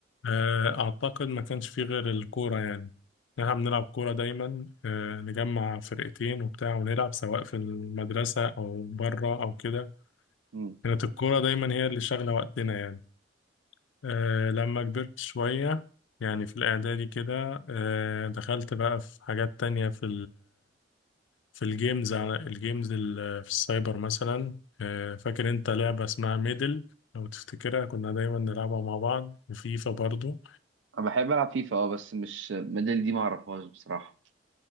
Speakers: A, on the left (about 85°); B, on the right (about 80°).
A: آه، اعتقد ما كانش فيه غير الكورة يعني احنا بنلعب كورة دايما آه، نجمع فرقتين وبتاع ونلعب سواء في المدرسة او بره او كده
B: امم
A: كانت الكورة دايما هي اللي شاغلة وقتنا يعني آه، لما كبرت شوية يعني في الاعدادي كده آه، دخلت بقى في حاجات تانية في في الجيمز على الجيمز ال- في السايبر مثلا آه، فاكر انت لعبة اسمها ميدل لو تفتكرها كنا دايما نلعبها مع بعض وفيفا برضو
B: انا بحب العب فيفا اه بس مش ميدل دي ما اعرفهاش بصراحه